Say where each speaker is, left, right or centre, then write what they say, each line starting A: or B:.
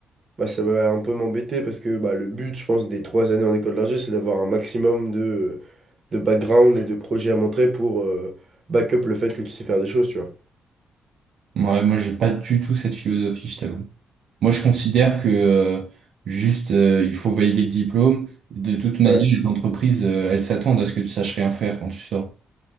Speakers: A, on the right; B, on the right.
A: Bah, ça va un peu m'embêter parce que bah, le but, je pense, des trois années en école d'ingé, c'est d'avoir un maximum de de background et de projet à montrer pour euh, back-up le fait que tu sais faire des choses, tu vois.
B: ouais, moi, j'ai pas du tout cette philosophie, je t'avoue. Moi, je considère que euh, juste, euh, il faut valider le diplôme. De toute manière,
A: Ouais.
B: les entreprises, euh, elles s'attendent à ce que tu saches rien faire quand tu sors.